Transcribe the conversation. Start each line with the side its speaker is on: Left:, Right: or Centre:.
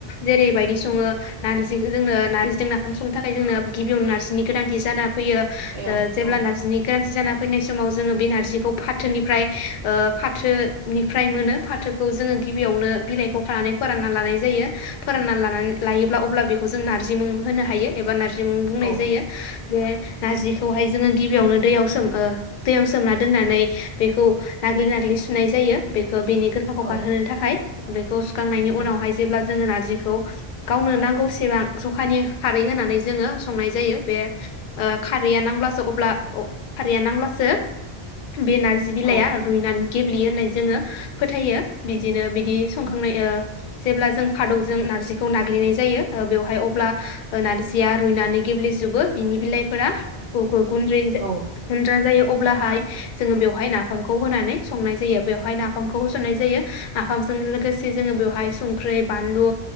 Left: जेरैबायदि सङो नारजि जोंङो नारजिजों नाफाम संनो थाखाय जोंनो गिबियावनो नारजिनि गोनांथि जाना फैयो
Right: औ
Left: ओ जेब्ला
Right: औ
Left: नारजिनि गाज्रि जाना फैनाय समाव जोङो बे नारजिखौ फाथोनिफ्राय ओ फाथो निफ्राय मोनो फाथोखौ जोङो गिबियावनो बिलाइखौ खानानै फोरानना लानाय जायो फोरानना लानानै लायोब्ला अब्ला बेखौ जों नारजि मुं होनो हायो एबा नारजि बिमुं बुंनाय
Right: औ
Left: जायो बे नारजिखौहाय जोङो गिबियावनो दैयाव सोम ओ दैयाव सोमना दोननानै बेखौ नाग्लि नाग्लि सुनाय जायो बे थ बेनि गोखाखौ
Right: औ
Left: गारहोनो थाखाय बेखौ सु खांनायनि उनावहाय
Right: ए
Left: जेब्ला जोङो नारजिखौ गावनो नांगौसेबां जखानि खारै होनानै जोङो संनाय जायो बे ओ खारैया नांब्लासो अब्ला खारैया नांब्लासो बे नारजि बिलाइया
Right: औ
Left: रुइनानै गेब्लेयो होननाय जोङो फोथायो बिदिनो बिदि संखांनाय
Right: उम
Left: ओ जेब्ला जों खादौजों नारजिखौ नाग्लिनाय जायो ओ बेवहाय अब्ला नारजिया रुइनानै गेब्लेजोबो बिनि बिलाइफोरा ग-ग गुनद्रि
Right: औ
Left: गुन्द्रा जायो अब्लाहाय जोङो बेवहाय नाफामखौ होनानै संनाय जायो बेयाव नाफामखौ होसननाय जायो नाफामजों लोगोसे जोङो बेयावहाय संख्रि बालु